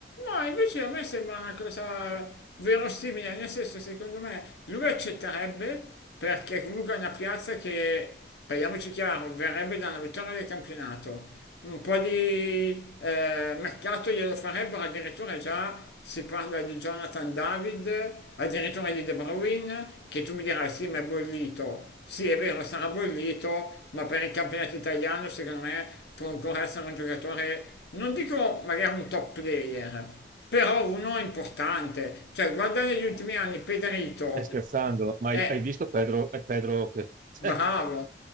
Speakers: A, on the left; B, on the right.
A: Ma invece a me sembra una cosa verosimile, nel senso secondo me lui accetterebbe perché comunque è una piazza che, parliamoci chiaro, verrebbe da una vittoria del campionato. Un po' di eh, mercato glielo farebbero, addirittura già si parla di Jonathan David, addirittura di De Bruyne, che tu mi dirai sì, ma è bollito. Sì, è vero, sarà bollito, ma per il campionato italiano secondo me può ancora essere un giocatore, non dico magari un top player, però uno importante. Cioè, guardare
B: No,
A: gli ultimi anni, Pederito
B: stai scherzando, ma
A: è
B: hai, hai visto Pedro, eh, Pedro che... <laughs> cioè,
A: bravo,